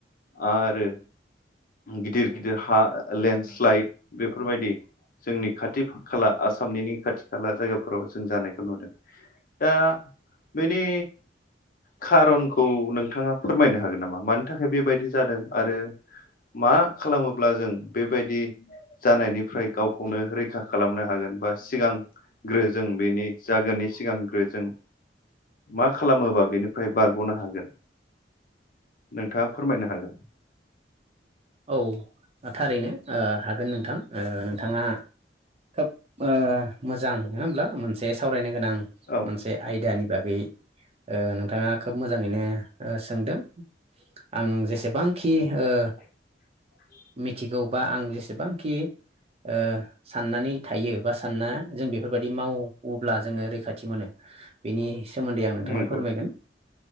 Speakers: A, on the left; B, on the right.
A: आरो गिदिर गिदिर हा लेन्डस्लाइद बेफोरबायदि जोंनि खाथि खाला आसामनि खाथि खाला जायगाफोराव जों जानायखौ नुदों दा बेनि खारनखौ नोंथाङा फोरमायनो हागोन नामा मानि थाखाय बेबायदि जादों आरो मा खालामोब्ला जों बेबायदि जानायनिफ्राय गावखौनो रैखा खालामनो हागोन बा सिगां ग्रो जों बेनि जागोननि सिगांग्रो जों मा खालामोबा बेनिफ्राय बारग'नो हागोन नोंथाङा फोरमायनो हागोन
B: औ थारैनो ओ हागोन नोंथां ओ नोंथाङा खोब ओ मोजां नङा होमब्ला मोनसे सावरायनो गोनां
A: औ
B: मोनसे आयदानि बागै ओ नोंथाङा खोब मोजाङैनो ओ सोंदों आं जेसेबांखि ओ
A: <inaudible>
B: मिथिगौबा आं जेसेबांखि ओ साननानै थायो बा सानना जों बेफोरबायदि मावोब्ला जोङो रैखाथि मोनो बेनि सोमोन्दै आं नोंथांनो
A: नंगौ
B: फोरमायगोन